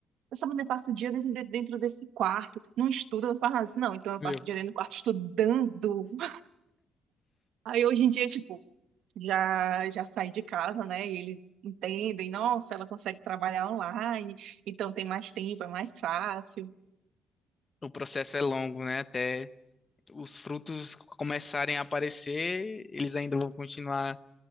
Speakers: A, on the right (about 80°); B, on the left (about 30°).
A: essa menina passa o dia dentro desse quarto, não estuda, não faz nada. Assim, Não, então eu
B: Meu,
A: passo o dia dentro do quarto estudando. <laughs> Aí hoje em dia, tipo, já, já saí de casa, né? E eles entendem, nossa, ela consegue trabalhar online, então tem mais tempo, é mais fácil.
B: o processo é longo, né? Até os frutos começarem a aparecer, eles ainda vão continuar